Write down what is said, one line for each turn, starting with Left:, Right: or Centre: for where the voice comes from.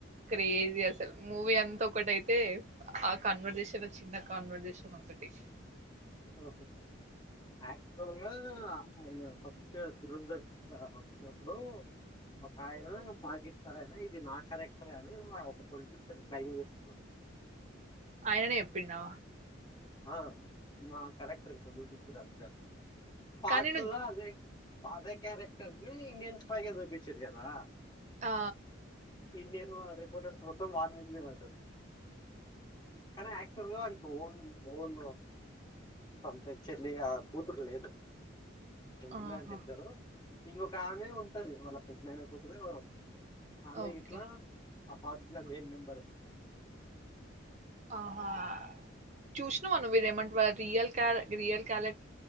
Right: క్రేజి అసల్ మూవీ అంతా ఒకటైతే ఆ కన్వర్జేషన్ చిన్న కాన్వర్జేషన్ ఒకటి
Left: ఊహు <unintelligible> అయిన ఫస్ట్ ఇయర్ దురంధర్ వచ్చినప్పుడు ఒక ఆయన పాకిస్తానయినా ఇది నా కరెక్టరే అని ఒక పొలిటిషన్ క్లైన్ చేసుకున్నడు
Right: అయిననే చెప్పిండా
Left: ఆ మా కలెక్టర్ ఇట్ల సూపిచ్చిర్రు అది పార్ట్
Right: కానీ
Left: టూ
Right: నువ్వు
Left: ల అదే అదే క్యారెక్టర్ని ఇండియన్ స్టైల్ లో సూపిచ్చిర్రు కదా
Right: ఆ
Left: ఇండియన్ రిపోర్టర్స్ మొత్తం వార్నింగే ఇవ్వాలి కాని అక్చ్యువల్ గ ఓం ఓం అంత ఇచ్చర్లి ఆ కూతురు లేదు ఇలే
Right: ఆహా!
Left: అంట ఇద్దరు ఇంకొక ఆమె ఉంటది వాళ్ళ పెద్నాన కూతురొ ఎవరొ ఆమె
Right: ఓకే.
Left: గిట్ల ఆ పార్టీలో మెయిన్ మెంబరు
Right: ఆహా చూసినవ నువు రేమంట వా రియల్ క్యార రియల్ క్యారెక్